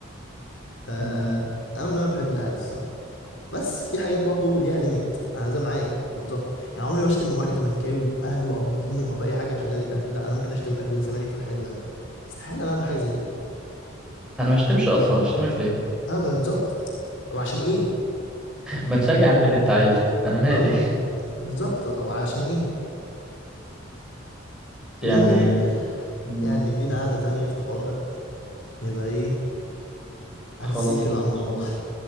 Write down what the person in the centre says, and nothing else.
مم.
أنا ما اشتمش أصلا اشتمك ليه؟
ما تراجع اعمل اللي أنت عايزه أنا مالي
<laughs> يعني
مم،
خلاص
ماشي
إن شاء الله